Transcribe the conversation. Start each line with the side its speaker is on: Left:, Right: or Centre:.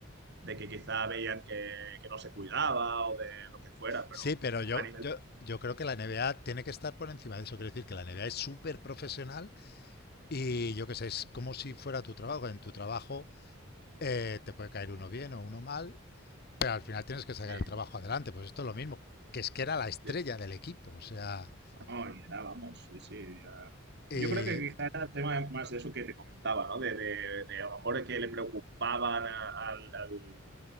Right: de que quizá veían que, que no se cuidaba o de lo que fuera, pero
Left: Sí, pero yo,
Right: a nivel
Left: yo,
Right: de...
Left: yo creo que la NBA tiene que estar por encima de eso. Quiero decir que la NBA es súper profesional y yo qué sé, es como si fuera tu trabajo. En tu trabajo eh, te puede caer uno bien o uno mal Pero al final tienes que sacar
Right: Sí,
Left: el trabajo adelante, pues esto es lo mismo, que es que era la estrella
Right: sí,
Left: del equipo, o sea...
Right: No, y era, vamos, sí, sí. ya.
Left: Y...
Right: Yo creo que quizá era el tema más de eso que te comentaba, ¿no? De, de, de a lo mejor que le preocupaban a- al, al,